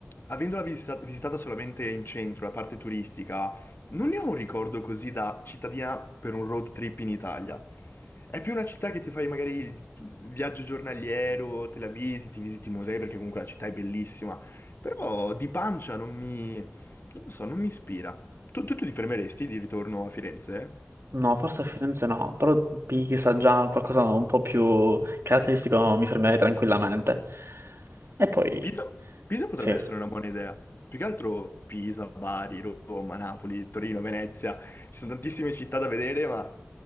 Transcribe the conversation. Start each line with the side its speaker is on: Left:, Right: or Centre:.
Left: avendola visita- visitata solamente in centro, la parte turistica, non ne ho un ricordo così da cittadina per un road trip in Italia. È più una città che ti fai magari il il viaggio giornaliero, te la visiti, visiti i musei, perché comunque la città è bellissima. Però di pancia non mi... non lo so, non mi ispira. Tu, tu ti fermeresti di ritorno a Firenze?
Right: No, forse a Firenze no, però Pisa già qualcosa un po' più caratteristico mi fermerei tranquillamente. E poi,
Left: Pisa, Pisa potrebbe
Right: sì,
Left: essere una buona idea. Più che altro Pisa, Bari, Roma, Napoli, Torino, Venezia. Ci sono tantissime città da vedere, ma